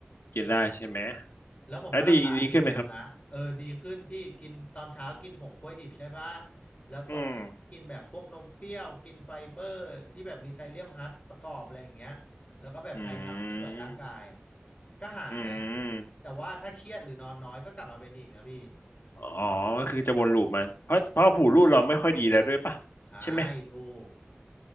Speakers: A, on the left; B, on the left.
A: กินได้ใช่ไหม
B: แล้วผมก็รักษาอยู่อย่างเงี้ยนะเออดีขึ้นพี่กินตอนเช้ากินผงกล้วยดิบใช่ปะ
A: แล้วดีดีขึ้นไหมครับ
B: แล้วตกกินแบบพวกนมเปรี้ยวกินไฟเบอร์ที่แบบมีไซเลียมฮัสประกอบอะไรอย่างเงี้ยแล้วก็แบบพยายามเคลื่อนไหวร่างกายอ่ะ
A: อืมอืม
B: ก็หาย
A: อืม
B: แต่ว่าถ้าเครียดหรือนอนน้อยก็กลับมาเป็นอีกนะพี่
A: อ๋อก็คือจะวนลูปมันเพราะเพราะหูรูดเราไม่ค่อยดีแล้วด้วยป่ะใช่ไหม
B: ใช่ถูก